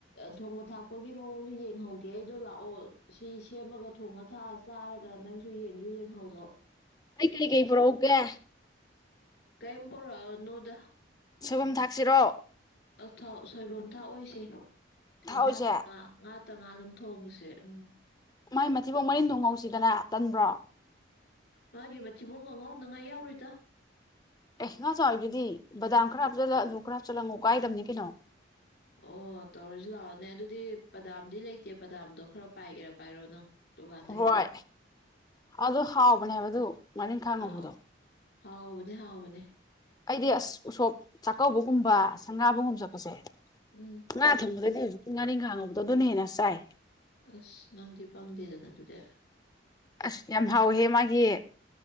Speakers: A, on the left; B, on the left.
A: ꯊꯣꯡꯕ ꯊꯥꯛꯄꯒꯤ ꯃꯑꯣꯡꯗꯣ ꯌꯦꯡꯍꯧꯒꯦ ꯑꯩꯗꯣ ꯂꯥꯛꯑꯣ ꯁꯤ ꯁꯦꯝꯃꯒ ꯊꯣꯡꯉ ꯊꯥꯛꯑ ꯆꯥꯔꯒ ꯅꯪꯁꯨ ꯌꯦꯡꯁꯨ ꯌꯦꯡꯍꯧꯔꯣ
B: ꯑꯩ ꯀꯔꯤꯀꯩ ꯄꯨꯔꯛꯎꯒꯦ
A: ꯀꯩꯝ ꯄꯔꯛ ꯅꯣꯗ
B: ꯁꯣꯏꯕꯨꯝ ꯊꯥꯛꯁꯤꯔꯣ
A: ꯑꯥꯎ ꯁꯣꯏꯕꯝ ꯊꯥꯛꯑꯣꯁꯦ
B: ꯊꯥꯛꯑꯣꯏꯁꯦ
A: ꯉꯥꯛꯇ ꯉ ꯉꯥꯇ ꯉꯥ ꯑꯗꯨꯝ ꯊꯣꯡꯉꯁꯦ ꯎꯝ
B: ꯃꯥꯏ ꯃꯊꯤꯐꯥꯎ ꯃꯔꯤꯟꯗꯣꯡ ꯉꯧꯁꯤꯗꯅ ꯇꯟꯕ꯭ꯔꯣ
A: ꯃꯥꯒꯤ ꯃꯊꯤꯕꯣꯡ ꯑꯉꯥꯎꯅꯉꯥꯏ ꯌꯥꯎꯔꯨꯣꯏꯗ
B: ꯑꯦꯁ ꯉꯥ ꯆꯥꯎꯗꯨꯗꯤ ꯗꯥꯝꯔꯞ ꯆꯠꯂꯨ ꯈꯔꯞ ꯆꯠꯂꯉꯨ ꯀꯥꯏꯗꯕꯅꯤ ꯀꯩꯅꯣ
A: ꯑꯣ ꯇꯧꯔꯁꯨ ꯂꯥꯛꯑꯣꯅꯦ ꯑꯗꯨꯗꯤ ꯄꯗꯥꯝꯗꯤ ꯂꯩꯇꯦ ꯄꯗꯥꯝꯗꯣ ꯈꯔ ꯄꯥꯏꯒꯦꯔꯥ ꯄꯥꯏꯔꯣ ꯅꯪ ꯗꯨꯀꯥꯟꯗꯩ
B: ꯍꯣꯏ ꯑꯗꯨ ꯍꯥꯎꯕꯅꯦꯕꯗꯨ ꯉꯥꯔꯤꯈꯥꯡ
A: ꯍꯥꯎ
B: ꯉꯧꯕꯗꯣ
A: ꯍꯥꯎꯕꯅꯦ ꯍꯥꯎꯕꯅꯦ
B: ꯑꯩꯗꯤ ꯑꯁ ꯎꯁꯣꯞ ꯆꯥꯛꯀꯧꯕꯒꯨꯝꯕ ꯁꯒꯥꯕꯒꯨꯝꯕ ꯆꯠꯄꯁꯦ
A: ꯎꯝ
B: ꯉꯥ ꯊꯣꯡꯕꯗꯗꯤ ꯍꯧꯖꯤꯛꯇꯀꯤ ꯉꯥꯔꯤ ꯈꯥꯡꯉꯕꯗꯣ ꯑꯗꯨꯅ ꯍꯦꯟꯅ ꯆꯥꯏ
A: ꯑꯁ ꯅꯪꯗꯤ ꯄꯪꯗꯦꯗꯅ ꯑꯗꯨꯗꯤ
B: ꯑꯁ ꯌꯥꯝ ꯍꯥꯎꯋꯦ ꯃꯥꯒꯤ